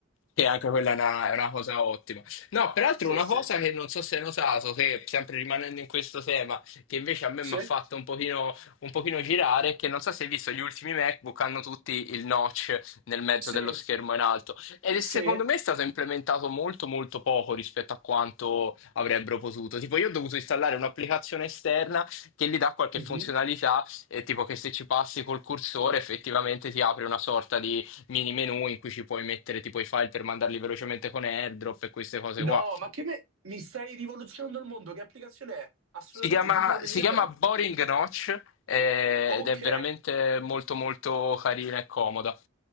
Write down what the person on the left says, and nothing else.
Sì, anche quella è una, è una cosa ottima. No, peraltro
una
cosa che non so se hai notato, che sempre rimanendo in questo tema, che invece a me
mi ha fatto un pochino, un pochino girare, è che non so se hai visto gli ultimi MacBook hanno tutti il notch nel mezzo
dello schermo in alto. Ed
è, secondo me è stato implementato molto molto poco rispetto a quanto avrebbero potuto. Tipo io ho dovuto installare un'applicazione esterna che gli dà qualche
funzionalità,
eh, tipo che se ci passi col cursore effettivamente ti apre una sorta di mini menu in cui ci puoi mettere tipo i file per mandarli velocemente con AirDrop e queste cose
qua.
Si chiama,
si
chiama
Boring Notch eh,
ed è veramente molto molto carina e comoda.